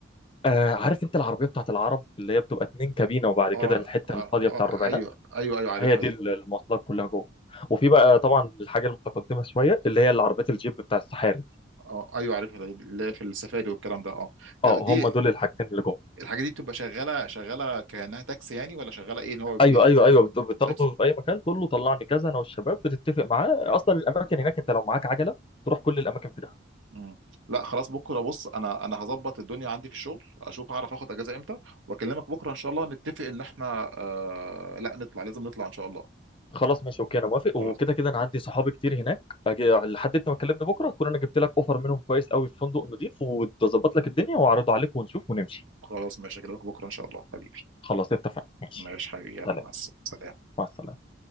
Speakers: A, on the left; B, on the right.
A: آه عارف انت العربيه بتاعت العرب اللي هي بتبقى اتنين كابينه وبعد
B: اه
A: كده الحته
B: اه
A: الفاضيه
B: اه
A: بتاع الربعينات
B: ايوه ايوه ايوه عارفها
A: هي دي
B: دي
A: ال- المواصلات كلها جوه وفي بقى طبعا الحاجه المتقدمه شويه اللي هي العربيات الجيب بتاع السحاري
B: اه ايوه عارفها دي اللي هي في السفاري والكلام ده اه ده-
A: اه
B: دي
A: هم دول الحاجتين اللي جوه
B: الحاجات دي بتبقى شغاله شغاله كانها تاكسي يعني ولا شغاله ايه ان هو بي...
A: ايوه
B: بي...
A: ايوه ايوه بت- بتاخده
B: تاكسي
A: في اي مكان تقول له طلعني كذا انا والشباب بتتفق معاه اصلا الاماكن هناك انت لو معاك عجله تروح كل الاماكن في دهب
B: مم. لا خلاص بكره بص انا انا هظبط الدنيا عندي في الشغل اشوف هعرف اخد اجازه امتى واكلمك بكره ان شاء الله نتفق ان احنا آه... لا نطلع لازم نطلع ان شاء الله
A: خلاص ماشي اوكي انا موافق وكده
B: خلاص
A: كده انا عندي صحابي كتير هناك أجي لحد انت ما تكلمني بكره اكون انا جبت لك اوفر منهم كويس قوي في فندق نظيف وتظبط لك الدنيا واعرضه عليك ونشوف ونمشي
B: خلاص ماشي اكلمك بكره ان شاء الله حبيبي
A: خلاص اتفقنا ماشي
B: ماشي حبيبي يلا
A: سلام
B: مع السلامه
A: مع السلامة